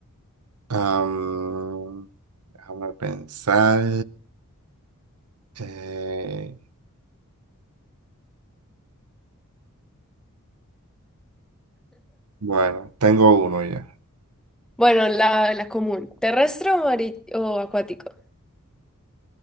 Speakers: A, on the right; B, in the centre.
A: Am, déjame pensar. Eh, bueno, tengo uno ya.
B: Bueno, la, la común, terrestre o, mari- o acuático,